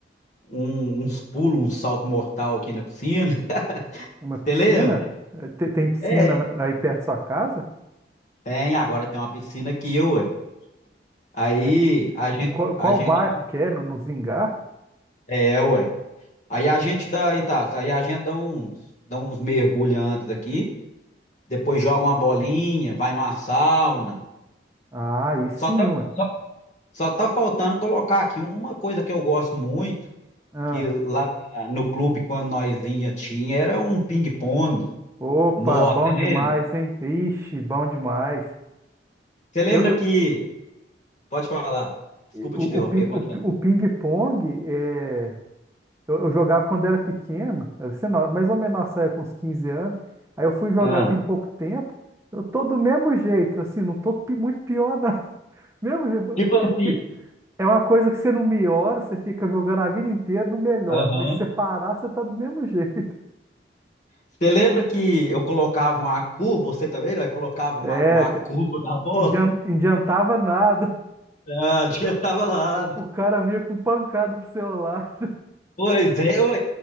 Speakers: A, on the left (about 45°); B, on the right (about 15°).
A: um- uns pulos, um salto mortal aqui na piscina. <laughs>
B: Uma piscina?
A: Você lembra?
B: É, te- Tem piscina
A: É,
B: na- aí perto da sua casa?
A: Tem, agora tem uma piscina aqui, ué. Aí
B: Mas
A: a gente,
B: Em qual, qual
A: a gente,
B: bairro que é? No, no Zingá?
A: é, ué. Aí a gente dá, então, aí a gente dá uns, dá uns mergulhos antes aqui, depois joga uma bolinha, vai numa sauna.
B: Ah, aí sim,
A: Só tá,
B: ué.
A: só, só tá faltando colocar aqui uma coisa que eu gosto muito,
B: Ah,
A: que lá na- no clube, quando nós ia, tinha, era um ping-pong.
B: opa,
A: Nossa,
B: bom
A: você lembra?
B: demais, hein? Ixi, bom demais.
A: Você lembra
B: Eu, eu,
A: que... Pode falar. Desculpa
B: o,
A: te interromper,
B: o, pin-
A: pode
B: o,
A: falar.
B: o ping-pong é, Eu, eu jogava quando era pequeno, era, sei lá, mais ou menos nossa época, uns 15 anos. Aí eu fui jogar
A: Ah,
B: tem pouco tempo. Eu tô do mesmo jeito, assim, não tô pi- muito pior, não. <laughs> Mesmo jeito,
A: tipo
B: é
A: assim,
B: é porque é uma coisa que você não melhora, você fica jogando a vida inteira, não melhora.
A: aham.
B: Mas se você parar, você tá do mesmo <laughs> jeito.
A: Você lembra que eu colocava uma curva, você também, né? Colocava uma,
B: É,
A: uma
B: te-
A: curva na bola?
B: indian- adiantava nada.
A: Ah, <laughs> já tava lá.
B: O cara vinha com pancada pro celular.
A: Pois é, eu,